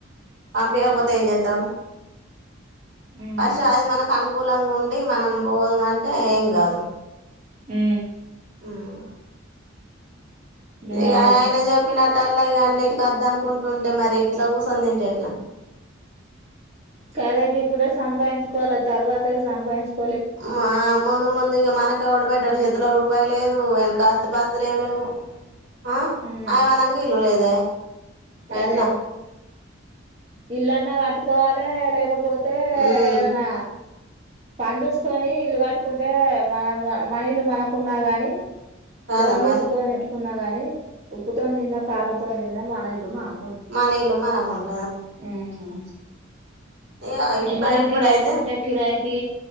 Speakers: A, on the right; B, on the right.
A: పంపకపోతే ఏం చేస్తాడు
B: ఉమ్
A: ఫస్ట్ అది కూూలంగా ఉండి మనం పోదంమంటే ఏం కాదు
B: ఉ
A: హ్మ్మ్
B: గదే
A: ఇ అయన చెప్పినట్టు లాగ అన్నిటి వద్ద అనుకుంటుంటే మరి ఇంట్లా కూర్చొని తింటే ఎట్లా
B: కాద ఇప్పుడే సంపాదించుకోవాలి తర్వాత సంపాదించుకోాల
A: మా ముందు ముందుగా మనక ఎవడు ఇడు చేతిలో రూపాయి లేదు వెన కాస్త బస్తలు ఏమి లేవు ఆ
B: ఉమ్
A: అయవానంగా ఇల్లు లేదా ఎట్లా
B: అదే ఇల్లన్నా కట్టుకోవాలి లేకపోతే
A: ఉమ్
B: ఏదన్నా పని చూసుకొని ఇల్లు కట్టుకుంటే మన మన ఇల్లు మనకున్నా గాని
A: కాదా
B: లోన్ తీసుకోని
A: మరి
B: కట్టుకున్నా గాని ఉప్పుతో దిన్న కారంతో దిన్న మన ఇల్లు మనం
A: మన ఇల్లు మనకుంట
B: ఉమ్
A: ఇగ ఇప్పు
B: మన
A: ఇప్పుడైతే
B: కిరాయి కుంటే కిరాయికి